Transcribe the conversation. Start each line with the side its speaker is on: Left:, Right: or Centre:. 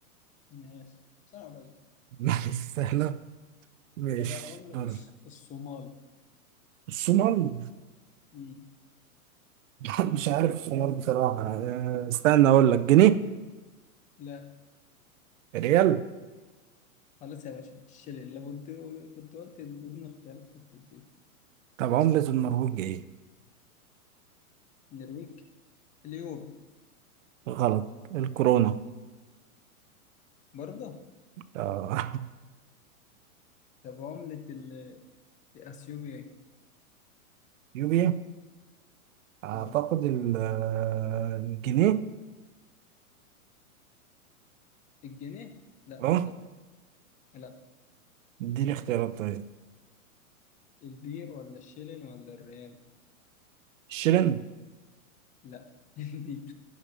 Left: ماشي صعبة دي
Right: <laughs> ماشي سهلة ماشي
Left: طب عملة
Right: دول
Left: الص- الصومال
Right: الصومال
Left: مم.
Right: <laughs> لا، مش عارف الصومال بصراحة آه، استنى اقول لك جنيه
Left: لا
Right: ريال
Left: خلاص يا باشا الشلل لو قلت كنت قلت اديني اختيارات كنت اديك
Right: طب عملة النرويج ايه؟
Left: النرويج اليورو
Right: غلط الكورونا
Left: برضه
Right: آه.
Left: طب عملة ال- اثيوبيا ايه
Right: يوبيا اعتقد
Left: اه
Right: ال- آه، الجنيه
Left: الجنيه لا
Right: اه
Left: طبعا لا
Right: اديني اختيارات طيب
Left: البير ولا الشيلين ولا الريال
Right: شرين
Left: لا <laughs> دي